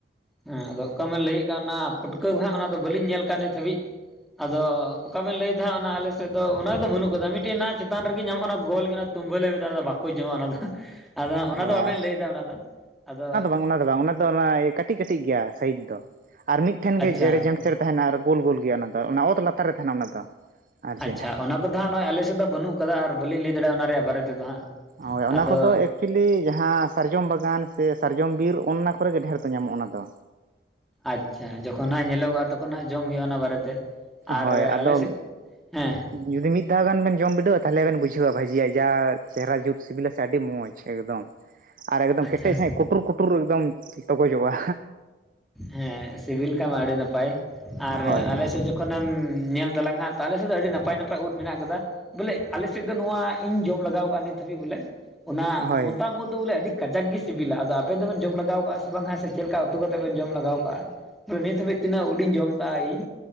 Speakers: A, in the centre; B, on the right.
A: ᱦᱮᱸ ᱟᱫᱚ ᱚᱠᱟ ᱵᱮᱱ ᱞᱟᱹᱭᱮᱜ ᱠᱟᱱ ᱚᱱᱟ ᱯᱩᱴᱠᱟᱹ ᱫᱚ ᱦᱟᱸᱜ ᱵᱟᱹᱞᱤᱧ ᱧᱮᱞ ᱠᱟᱜ ᱱᱤᱛ ᱦᱟᱹᱵᱤᱡ᱾ ᱟᱫᱚ ᱚᱠᱟ ᱵᱮᱱ ᱞᱟᱹᱭᱫᱟ ᱦᱟᱸᱜ ᱚᱱᱟ ᱟᱞᱮ ᱥᱮᱫ ᱫᱚ ᱚᱱᱟᱫᱚ ᱵᱟᱹᱱᱩᱜ ᱠᱟᱫᱟ ᱢᱤᱫᱴᱮᱡ ᱦᱮᱱᱟᱜᱼᱟ, ᱪᱮᱛᱟᱱ ᱨᱮᱜᱮ ᱧᱟᱢᱚᱜ ᱚᱱᱟ ᱜᱳᱞ ᱜᱮ ᱚᱱᱟᱼᱼ ᱛᱩᱢᱵᱟᱹ ᱞᱮ ᱢᱮᱛᱟᱜᱼᱟ ᱚᱱᱟ ᱫᱚ ᱵᱟᱠᱚ ᱡᱚᱢᱟ ᱚᱱᱟᱫᱚ ᱟᱫᱚ ᱦᱟᱸᱜ
B: ᱚ
A: ᱚᱱᱟᱫᱚ ᱵᱟᱵᱮᱱ ᱞᱟᱹᱭᱮᱫᱟ ᱚᱱᱟᱫᱚ ᱟᱫᱚᱼᱼ
B: ᱚᱱᱟ ᱫᱚ ᱵᱟᱝ ᱚᱱᱟ ᱫᱚ ᱠᱟᱹᱴᱤᱡ ᱠᱟᱹᱴᱤᱡ ᱜᱮᱭᱟ ᱥᱟᱭᱤᱡ ᱫᱚ ᱟᱨ ᱢᱤᱫᱴᱷᱮᱱ ᱜᱮ
A: ᱟᱪᱪᱷᱟ
B: ᱡᱮᱲᱮ ᱡᱮᱱᱴᱷᱮᱼᱼ ᱛᱟᱦᱮᱱᱟ ᱟᱨ ᱜᱳᱞ ᱜᱳᱞ ᱜᱮᱭᱟ ᱚᱱᱟᱫᱚ ᱚᱱᱟ ᱚᱛ ᱞᱟᱛᱟᱨ ᱨᱮ ᱛᱟᱦᱮᱱᱟ ᱚᱱᱟ ᱫᱚ᱾ ᱟᱨ ᱪᱮᱫ
A: ᱟᱪᱪᱷᱟ ᱚᱱᱟ ᱠᱚᱫᱚ ᱦᱟᱸᱜ ᱱᱚᱜᱼᱚᱭ ᱟᱞᱮ ᱥᱮᱫ ᱫᱚ ᱵᱟᱹᱱᱩᱜ ᱠᱟᱫᱟ ᱟᱨ ᱵᱟᱹᱞᱤᱧ ᱞᱟᱹᱭ ᱫᱟᱲᱮᱭᱟᱜᱼᱟ, ᱚᱱᱟ ᱨᱮᱭᱟᱜ ᱵᱟᱨᱮ ᱛᱮᱫᱚ ᱦᱟᱸᱜ᱾
B: ᱦᱳᱭ ᱚᱱᱟ
A: ᱟᱫᱚ
B: ᱠᱚᱫᱚ ᱮᱠᱼᱼ ᱪᱩᱭᱮᱞᱤ ᱡᱟᱦᱟᱸ ᱥᱟᱨᱡᱚᱢ ᱵᱟᱜᱟᱱ ᱥᱮ ᱥᱟᱨᱡᱚᱢ ᱵᱤᱨ ᱚᱱᱱᱟ ᱠᱚᱨᱮᱜᱮ ᱰᱷᱮᱨ ᱫᱚ ᱧᱟᱢᱚᱜᱼᱟ, ᱚᱱᱟ ᱫᱚ᱾
A: ᱟᱪᱪᱷᱟ ᱡᱚᱠᱷᱚᱱ ᱦᱟᱸᱜ ᱧᱮᱞᱚᱜᱚᱜᱼᱟ ᱛᱚᱠᱷᱚᱱ ᱦᱟᱸᱜ ᱡᱚᱢ ᱦᱩᱭᱩᱜᱼᱟ ᱚᱱᱟ ᱵᱟᱨᱮᱛᱮ᱾ ᱟᱨ
B: ᱦᱳᱭ
A: ᱟᱞᱮ
B: ᱟᱫᱚ
A: ᱥᱮᱫ ᱦᱮᱸ
B: ᱡᱩᱫᱤ ᱢᱤᱫᱼᱼ ᱢᱤᱫ ᱫᱷᱟᱣ ᱜᱟᱱ ᱵᱮᱱ ᱡᱚᱢ ᱵᱤᱰᱟᱹᱣᱟ ᱛᱟᱦᱚᱞᱮ ᱵᱮᱱ ᱵᱩᱡᱷᱟᱹᱣᱟ ᱵᱷᱟᱡᱤᱭᱟᱜ ᱡᱟ ᱪᱮᱦᱨᱟ ᱡᱩᱛ ᱥᱤᱵᱤᱞᱟ ᱥᱮ ᱟᱹᱰᱤ ᱢᱚᱡᱽ ᱮᱠᱫᱚᱢ᱾ ᱟᱨ ᱮᱠᱫᱚᱢ
A: ᱟᱪᱪᱷᱟ
B: ᱠᱮᱴᱮᱡ ᱥᱟᱹᱦᱤᱡ ᱠᱩᱴᱩᱨ ᱠᱩᱴᱩᱨ ᱮᱠᱫᱚᱢ ᱛᱚᱜᱚᱡᱚᱜᱼᱟ᱾
A: ᱦᱮᱸ ᱥᱤᱵᱤᱞ ᱠᱷᱟᱱ ᱢᱟ ᱟᱹᱰᱤ ᱱᱟᱯᱟᱭ ᱟᱨ
B: ᱦᱳᱭ
A: ᱟᱞᱮ ᱥᱮᱫᱼᱼ ᱡᱚᱠᱷᱚᱱᱮᱢ ᱧᱮᱞ ᱛᱟᱞᱟᱝᱟ ᱦᱟᱸᱜ ᱛᱚ ᱟᱞᱮ ᱥᱮᱫ ᱫᱚ ᱟᱹᱰᱤ ᱱᱟᱯᱟᱭ ᱱᱟᱯᱟᱭ ᱩᱫ ᱢᱮᱱᱟᱜ ᱟᱠᱟᱫᱟ᱾ ᱵᱚᱞᱮ ᱟᱞᱮ ᱥᱮᱫ ᱫᱚ ᱱᱚᱣᱟ ᱤᱧ ᱡᱚᱢ ᱞᱮᱟᱜᱟᱣ ᱠᱟᱜᱼᱟ ᱱᱤᱛ ᱦᱟᱹᱵᱤᱡ ᱵᱚᱞᱮ᱾ ᱚᱱᱟ
B: ᱦᱳᱭ
A: ᱢᱚᱛᱟᱢ ᱩᱫ ᱫᱚ ᱵᱚᱞᱮ ᱟᱹᱰᱤ ᱠᱟᱡᱟᱠ ᱜᱮ ᱥᱤᱵᱤᱞᱟ ᱟᱫᱚ ᱟᱵᱮᱱ ᱫᱚᱵᱮᱱ ᱡᱚᱢ ᱞᱮᱟᱜᱟᱣ ᱠᱟᱜᱼᱟ, ᱥᱮ ᱵᱟᱝ ᱥᱮ ᱪᱮᱫ ᱞᱮᱠᱟ ᱩᱛᱩ ᱠᱟᱛᱮ᱾ ᱵᱟᱹᱧ ᱡᱚᱢ ᱞᱮᱟᱜᱟᱣ ᱠᱟᱜᱼᱟ ᱱᱤᱛ ᱦᱟᱹᱵᱤᱡ ᱛᱤᱱᱟᱹᱜ ᱩᱱ ᱤᱧ ᱡᱚᱢ ᱠᱟᱜᱼᱟ ᱤᱧ᱾